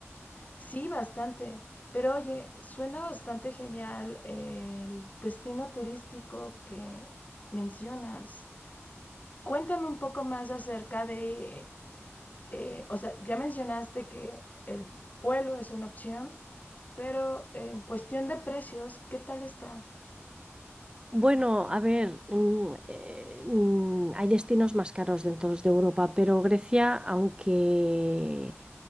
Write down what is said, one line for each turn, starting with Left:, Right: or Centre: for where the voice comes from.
Left: Sí, bastante. Pero oye, suena bastante genial eh, el destino turístico que mencionas. Cuéntame un poco más acerca de, eh, o sea, ya mencionaste que el vuelo es una opción, pero en cuestión de precios, ¿qué tal está?
Right: Bueno, a ver, mm, eh, mm, hay destinos más caros dentro de Europa, pero Grecia, aunque,